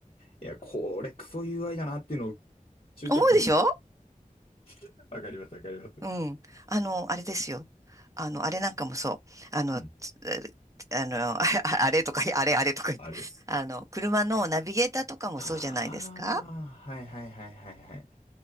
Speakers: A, on the left; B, on the right.
A: いや、これクソ UI だなっていうのを中ちゃに
B: 思うでしょ
A: <laughs> わかりますわかります。
B: うん。あの、あれですよ。あの、あれなんかもそう。あの、
A: うん。
B: つあの、<laughs> ああれとか、あれあれとか言って。
A: あれ
B: あの、車のナビゲーターとかもそうじゃないですか
A: ああー、はいはいはいはいはい。